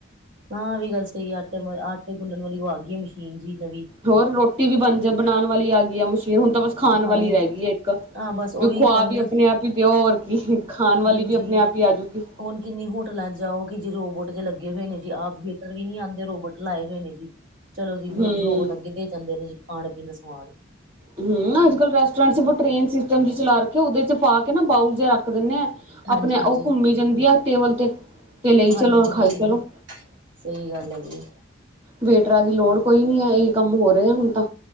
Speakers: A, on the right; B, on the right.
A: ਆ ਵੀ ਗੱਲ ਸਹੀ ਆਟੇ, ਆਟੇ ਗੁੰਨਣ ਵਾਲੀ ਉਹ ਆ ਗਈ ਮਸ਼ੀਨ ਜੀ ਨਵੀ
B: ਹੋਰ ਰੋਟੀ ਵੀ ਬਣ ਜਾ, ਬਣਾਣ ਵਾਲੀ ਆ ਗਈ ਆ, ਮਸ਼ੀਨ ਹੁਣ ਤਾਂ ਬਸ ਖਾਣ ਵਾਲੀ
A: ਹਾਂ
B: ਰਹਿ ਗਈ ਐ ਇੱਕ
A: ਹਾਂ ਬਸ ਉਹੀ
B: ਵੀ ਖੁਆ
A: ਕਹਿੰਦੇ
B: ਵੀ ਆਪਣੇ ਆਪ ਹੀ ਦਿਓ, ਹੋਰ ਕੀ, ਖਾਣ ਵਾਲੀ
A: ਹਾਂਜੀ
B: ਵੀ ਆਪਣੇ ਆਪ ਹੀ ਆਜੂਗੀ।
A: ਹੁਣ ਕਿੰਨੀ ਹੋਟਲਾਂ ਜਾਓ, ਕਿ ਜੀ ਰੋਬੋਟ ਜੇ ਲੱਗੇ ਹੋਏ ਨੇਂ ਜੀ, ਆਪ ਵੇਟਰ ਵੀ ਨੀਂ ਆਉਂਦੇ ਰੋਬੋਟ ਲਾਏ ਹੋਏ ਨੇਂ ਜੀ। ਚਲੋ ਜੀ ਰੋ
B: ਹਮ
A: ਰੋਬਟ ਅੱਗੇ ਦੇ ਜਾਂਦੇ ਨੇਂ ਜੀ, ਖਾਣ-ਪੀਣ ਦਾ ਸਮਾਨ
B: ਹਂ, ਅੱਜ-ਕੱਲ ਰੈਸਟੋਰੈਂਟ ਬ ਟਰੇਨ ਸਿਸਟਮ ਚਲਾ ਰੱਖਿਆ, ਉਹਦੇ ਚ ਪਾ ਕੇ ਨਾ ਬਾਊਲ ਜਿਹਾ ਰੱਖ ਦਿੰਣੇ ਆਂ।
A: ਹਾਂਜੀ
B: ਆਪਣੇ
A: ਹਾਂਜੀ
B: ਉਹ ਘੁੰਮੀ ਜਾਂਦੀ ਆ ਟੇਬਲ ਤੇ, ਤੇ ਲਈ
A: ਹਾਂਜੀ
B: ਚਲੋ ਔਰ
A: ਹਾਂਜੀ
B: ਖਾਈ ਚਲੋ।
A: ਸਹੀ ਗੱਲ ਐ ਜੀ।
B: ਵੇਟਰਾਂ ਦੀ ਲੋੜ ਕੋਈ ਨੀਂ ਐ, ਇਹ ਕੰਮ ਹੋ ਰਿਹੇ ਐ ਹੁਣ ਤਾਂ